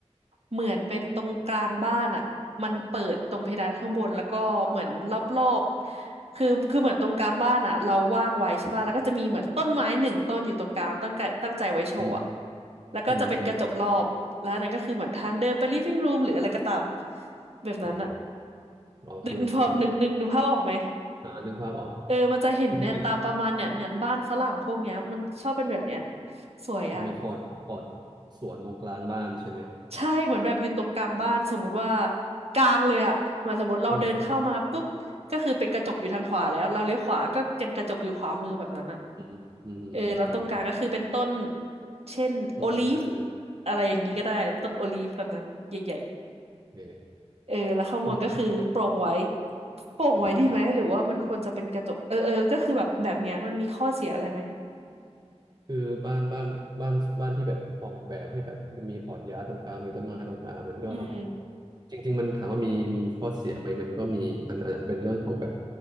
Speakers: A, on the right; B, on the right.
A: เหมือนเป็นตรงกลางบ้านอ่ะมันเปิดตรงเพดานข้างบนแล้วก็เหมือนรอบๆคือคือเหมือนตรงกลางบ้านอ่ะเราว่างไว้ใช่ป่ะแล้วก็จะมีเหมือนต้นไม้หนึ่งต้นอยู่ตรงกลางตั้งใจตั้งใจไว้โชว์อะ
B: อืม
A: แล้วก็จะเป็นกระจกรอบแล้วอันนั้นก็คือเหมือนทางเดินไป
B: อืมอืม
A: living room หรืออะไรก็ตามแบบนั้นอ่ะ
B: อ๋ออ๋อคือคน
A: นึกพอนึกนึกนึกภาพออกไหม
B: อ่านึกภาพออก
A: เออมันจะเห็นเนี่ยตามประมาณเนี่ยเนี่ยบ้านฝรั่งพวกเนี้ยมันชอบเป็นแบบเนี้ย
B: ก็เป็น
A: สวยอะ
B: อ๋อมีคอร์ดคอร์ดสวนตรงกลางบ้านใช่ไหม
A: ใช่เหมือนแบบอยู่ตรงกลางบ้านสมมติว่ากลางเลยอะเหมือนสมมติเราเดินเข้ามาปุ๊บก็คือเป็นกระจกอยู่ทางขวาแล้วเราเลี้ยวขวาก็ยังกระจกอยู่ขวามือแบบนั้นอะ
B: อืมอืมอืม
A: เออแล้วตรงกลางก็คือเป็นต้น
B: อืม
A: เช่นโอลีฟ
B: ต้นไม้อะไร
A: อะไรอย่างนี้ก็ได้ต้นโอลีฟแบบนั้นใหญ่
B: โอเค
A: ๆเออแล้วข้างบนก็คือโปร่งไว้
B: คือมันก็เยอะ
A: โปร่งไว้ดีไหมหรือว่ามันควรจะเป็นกระจกเออเออก็คือแบบแบบเนี้ยมันมีข้อเสียอะไรไหม
B: อืมใช่ คือบ้านบ้านบ้านบ้านที่แบบออกแบบให้แบบมีพอร์ตยาตรงกลางมีต้นไม้ตรงกลางมันก็
A: อืม
B: จริงๆมันถามว่ามีมีข้อเสียไหมมันก็มีมันอาจจะเป็นเรื่องของแบบ